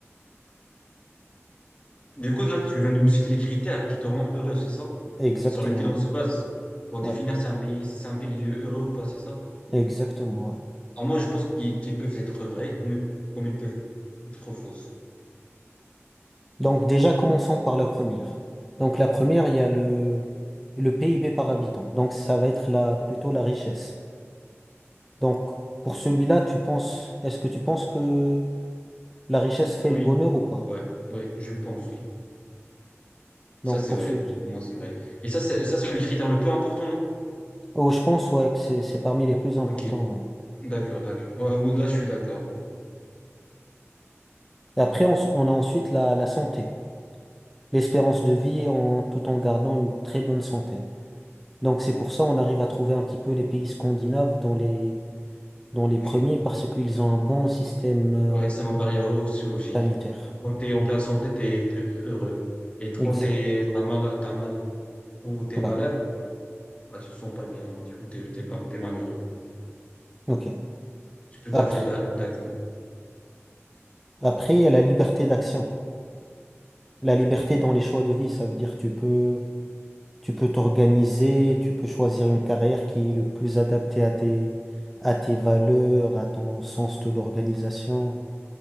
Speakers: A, on the left; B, in the centre.
A: Du coup, là, tu viens de me citer les critères qui te rendent heureux, c'est ça?
B: Exactement.
A: Sur lequel on se base pour définir
B: Ouais,
A: si un pays, si un pays il est heureux ou pas, c'est ça?
B: exactement. ouais.
A: Alors moi, je pense qu'ils qu'ils peuvent être vrais comme, comme ils peuvent être fausses.
B: Donc, déjà, commençons par la première. Donc, la première, il y a le, le PIB par habitant. Donc, ça va être la, plutôt la richesse. Donc, pour celui-là, tu penses, est-ce que tu penses que la richesse fait
A: Oui,
B: le bonheur ou pas?
A: ouais, ouais, je pense, oui. Ça,
B: Donc,
A: c'est
B: pour
A: vrai.
B: celui-là.
A: Pour Moi, c'est vrai. Et ça, c'est, ça, c'est le critère le plus important, non?
B: Oh, je pense, ouais, que c'est, c'est parmi les plus importants,
A: Ok,
B: ouais.
A: d'accord, d'accord. Ouais, ouais, là, je suis d'accord.
B: Et après, on, s- on a ensuite la, la santé, l'espérance de vie en, tout en gardant une très bonne santé. Donc, c'est pour ça on arrive à trouver un petit peu les pays scandinaves dans les, dans les premiers
A: Ok.
B: parce qu'ils ont un bon système, euh,
A: Ouais, ça m'apparaît au- aussi logique.
B: sanitaire.
A: Quand t'es en pleine santé, t'es, t'es heureux. Et quand
B: Exact.
A: t'es, t'as mal, t'as mal, ou t'es
B: Ouais.
A: malade, Bah, tu te sens pas bien, du coup, t'es, t'es pas, t'es malheureux.
B: OK.
A: Je suis
B: Après,
A: tout à fait d'a- d'accord.
B: après, il y a la liberté d'action. La liberté dans les choix de vie, ça veut dire tu peux Tu peux t'organiser, tu peux choisir une carrière qui est le plus adaptée à tes, à tes valeurs, à ton sens de l'organisation.